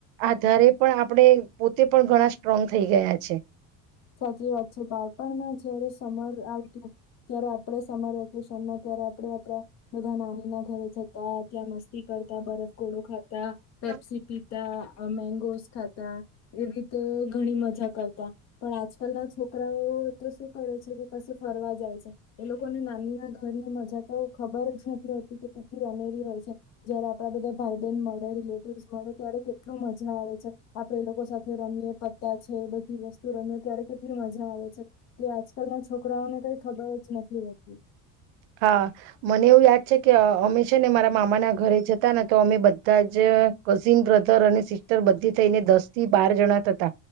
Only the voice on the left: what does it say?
સાચી વાત છે. બાળપણમાં જયારે સમર આવતું ત્યારે આપણે સમર વેકેશનમાં ત્યારે આપણેે આપણા બધા નાનીના ઘરે જતા, ત્યાં મસ્તી કરતા, બરફ ગોળો ખાતા તા પેપસી
પી તા, અહ મેગોસ ખાતા એવી તો ઘણી મજા કરતા. પણ આજકાલના છોકરાઓ તો શું કરે છે કે કશે ફરવા જાય છે એ લોકોને નાનીના ઘરની મજા તો ખબર જ નથી હોતી કે કેટલી અનેરી હોય છે, જયારે આપણાં બધા ભાઈ બહેન મળે, રિલેટિવ્સ મળે ત્યારે કેટલું મજા આવે છે, આપણે એ લોકો સાથે રમીએ પત્તા છે એ બધી વસ્તુ એ રમીએ ત્યારે કેટલી મજા આવે છે, તે આજકાલના છોકરાઓને કંઈ ખબર જ નથી રહેતી.